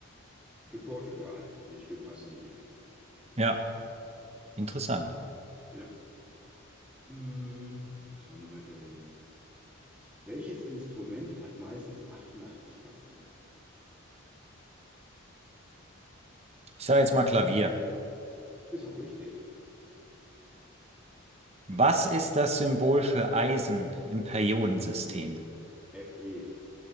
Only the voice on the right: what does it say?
Ja, interessant.
Ich sage jetzt mal Klavier.
Was ist das Symbol für Eisen im Periodensystem?